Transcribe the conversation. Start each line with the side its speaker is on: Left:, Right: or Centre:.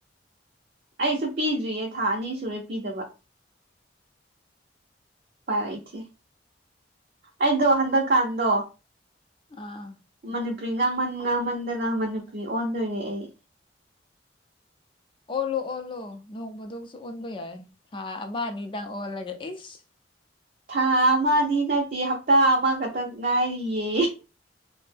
Right: ꯑꯩꯁꯨ ꯄꯤꯗ꯭ꯔꯤꯌꯦ ꯊꯥ ꯑꯅꯤ ꯁꯨꯔꯦ ꯄꯤꯗꯕ ꯎꯄꯥꯏ ꯂꯩꯇ‌ꯦ ꯑꯩꯗꯣ ꯍꯟꯗꯛꯀꯥꯟꯗꯣ
Left: ꯑꯥ
Right: ꯃꯅꯤꯄꯨꯔꯤ ꯉꯥꯡꯃꯟ ꯉꯥꯡꯃꯟꯗꯅ ꯃꯅꯤꯄꯨꯔꯤ ꯑꯣꯟꯗꯣꯔꯦ ꯑꯩ
Left: ꯑꯣꯜꯂꯨ ꯑꯣꯜꯂꯨ ꯅꯣꯡꯐꯗ‌ꯣꯛꯁꯨ ꯑꯣꯟꯕ ꯌꯥꯏ ꯊꯥ ꯑꯃ ꯑꯅꯤꯗꯪ ꯑꯣꯜꯂꯒ ꯏꯁ
Right: ꯊꯥ ꯑꯃꯅꯤ ꯅꯠꯇꯦ ꯍꯞꯇꯥ ꯑꯃꯈꯛꯇꯪ ꯉꯥꯏꯔꯤꯌꯦ